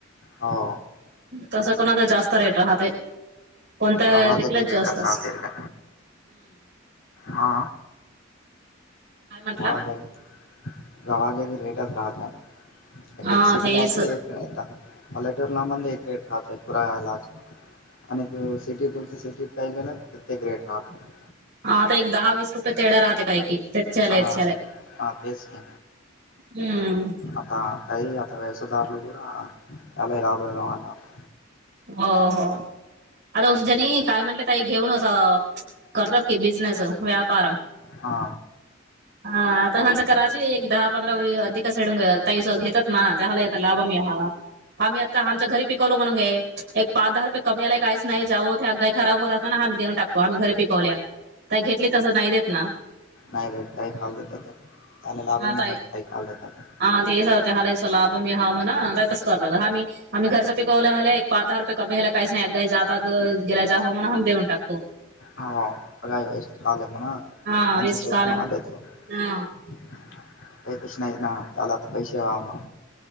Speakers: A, on the left; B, on the right.
A: हो.
B: तसं कोण आता जास्त रेट राहते. कोणत
A: रवाजाची
B: देखलात
A: रेट
B: जास्त
A: राहते
B: अस
A: का हा
B: काय म्हंटला
A: वाज दरवाजे रेट राहता एक
B: हा
A: एक सिट
B: तेच
A: ला एक पलेटूर ला मण एकेट राहते पुरायलाच आणि सिटी तुमचं सिटीत काही गेलं प्रत्येक रेट राहतो
B: हा आता एक दहा वीस रुपये तेढ्या राहते काय कि तेचच्यालच्याल
A: हा हा तेच की
B: हम्म.
A: आता तई आता व्यसदारला क चला लाभमवाणार.
B: हो हो आर उसजनी काय म्हटलं. काही घेऊनच करतात की बिझनेस व्यापार
A: हा.
B: हा आता हच्या कराची एक दहा पंधरा अधिकच सेडून घ तस घेत. ना त्याला आ लाभ मिळावा आम्ही आता आमच्या घरी पिकवलो म्हणून गे. एक पाच दहा रुपये कमी आलाय काहीच नाही जाऊं ते काही खब होत अस नाम् देऊन टाकतो आम्ही घरी पिकवल्या. काही घेतली तसं नाही देत ना.
A: नाही रेट काही खाऊ देतात त्यालाव
B: हा
A: नाही
B: ताई
A: काही खाल देतात.
B: हा तेचं हला लाभ मी हवा म्हणा तस करत आम्ही आम्ही घरच्या पिकवला आलाय. पा दहा रुपये कमीी्यायला काच नाहीाही जात गेला जाव म्हण हम देऊ टकतो.
A: होका म्हणा
B: हा वेस्ट
A: अजी सत
B: कालम
A: मना बेत काही
B: हा
A: कच नाही ना त्याला आता पैसे वा ना.